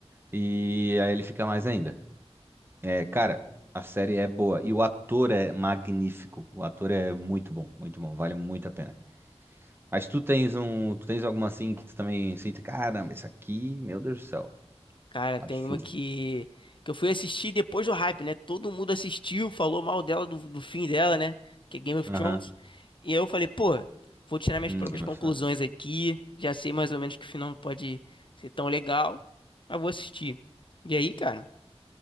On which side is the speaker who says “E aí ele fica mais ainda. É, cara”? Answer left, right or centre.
Right